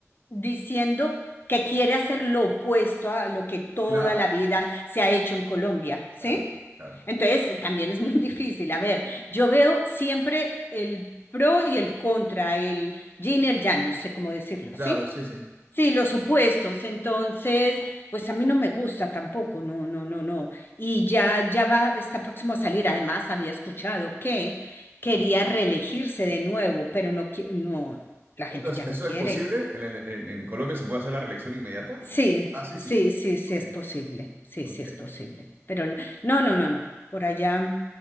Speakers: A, on the left (about 45°); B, on the right (about 45°).
A: diciendo que quiere hacer lo opuesto a lo que toda
B: claro,
A: la vida se ha hecho en Colombia, ¿sí?
B: claro, claro,
A: Entonces también es muy <laughs> difícil. A ver, yo veo siempre el pro y el contra, el yin y el yang, no sé cómo decirlo,
B: claro,
A: ¿sí?
B: sí, sí.
A: Sí, los opuestos. Entonces, pues a mí no me gusta tampoco, no, no, no, no. Y ya, ya va, está próximo a salir. Además, había escuchado que quería reelegirse de nuevo, pero no, qui- no, la gente
B: ¿Eso es,
A: ya
B: eso
A: no quiere.
B: es posible? ¿En, el- en- en Colombia se puede hacer la reelección inmediata?
A: Sí,
B: ¿O? Ah, sí existe.
A: sí, sí, sí
B: Ok,
A: es posible, sí,
B: ok,
A: sí es posible. Pero el- no, no, no, no. Por allá